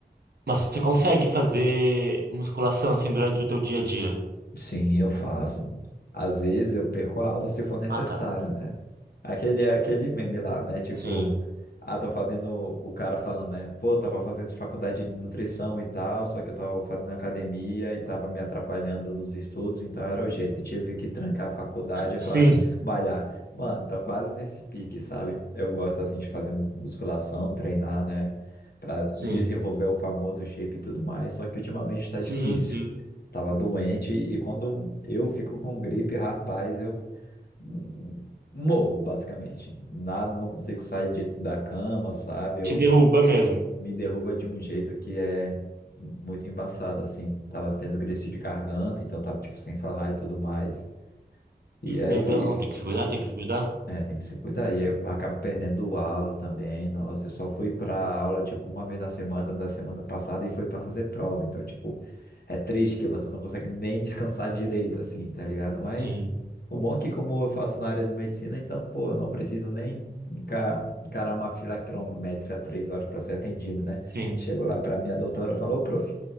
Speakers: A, on the right (about 65°); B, on the left (about 65°).
A: mas você consegue fazer musculação assim durante o teu dia a dia?
B: Sim, eu faço. Às vezes eu perco a aula se for necessário,
A: Ah, tá.
B: né? Aquele, aquele meme lá, né? Tipo,
A: Sim.
B: ah, tô fazendo o cara falando, né? Pô, tava fazendo faculdade de nutrição e tal, só que eu tava fazendo academia e tava me atrapalhando nos estudos, então era o jeito, tive que trancar a faculdade
A: Sim.
B: pra malhar. Mano, tô quase nesse pique, sabe? Eu gosto assim de fazer musculação, treinar, né? Pra
A: Sim.
B: desenvolver o famoso shape e tudo mais, só que ultimamente tá
A: Sim,
B: difícil.
A: sim.
B: Tava doente e quando eu fico com gripe, rapaz, eu hum, morro, basicamente. Nada, não consigo sair de- da cama, sabe? Eu
A: Te derruba mesmo.
B: me derruba de um jeito que é muito embaçado, assim. Tava tendo crise de garganta, então tava, tipo, sem falar e tudo mais. E aí
A: Meu
B: foi
A: Deus,
B: isso.
A: não, tem que se cuidar, tem que se cuidar.
B: É, tem que se cuidar. E aí eu acabo perdendo o aula também. Nossa, eu só fui pra aula, tipo, uma vez na semana, da semana passada, e foi pra fazer prova. Então, tipo, é triste que você não consegue nem descansar direito, assim, tá ligado? Mas
A: Sim,
B: o bom é que, como eu faço na área de medicina, então, pô, eu não preciso nem enca- encarar uma fila quilométrica três horas pra ser atendido, né?
A: sim.
B: Chego lá pra minha doutora, eu falo, ô, prof,